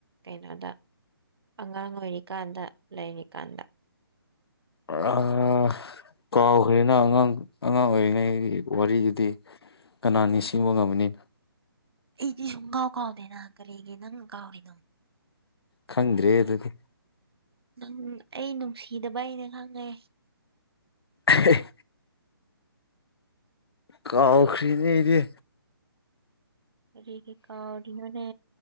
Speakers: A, on the right (about 80°); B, on the left (about 80°).
A: ꯀꯩꯅꯣꯗ ꯑꯉꯥꯡ ꯑꯣꯏꯔꯤꯀꯥꯟꯗ ꯂꯩꯔꯤꯀꯥꯟꯗ
B: ꯑꯥ ꯀꯥꯎꯈ꯭ꯔꯦꯅ ꯅꯪ ꯑꯉꯥꯡ ꯑꯉꯥꯡ ꯑꯣꯏꯔꯤꯉꯩꯒꯤ ꯋꯥꯔꯤꯗꯨꯗꯤ ꯀꯥꯅ ꯅꯤꯡꯁꯤꯡꯕ ꯉꯝꯃꯅꯤ
A: ꯑꯩꯗꯤ ꯁꯨꯡ ꯀꯥꯎ ꯀꯥꯎꯗꯦꯅ ꯀꯔꯤꯒꯤ ꯅꯪꯅ ꯀꯥꯎꯔꯤꯅꯣ
B: ꯈꯪꯗ꯭ꯔꯦ ꯍꯦ ꯑꯗꯨꯗꯤ
A: ꯅꯪ ꯑꯩ ꯅꯨꯡꯁꯤꯗꯕꯩꯅꯦ ꯈꯪꯉꯦ
B: ꯍꯦ ꯍꯦ ꯀꯥꯎꯈ꯭ꯔꯦꯅꯦ ꯑꯩꯗꯤ
A: ꯀꯔꯤꯒꯤ ꯀꯥꯎꯔꯤꯅꯣꯅꯦ